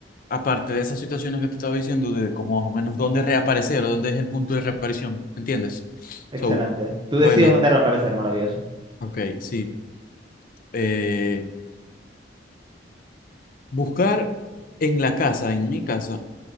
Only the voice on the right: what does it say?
Excelente.
Tú
decides dónde reaparecer, maravilloso.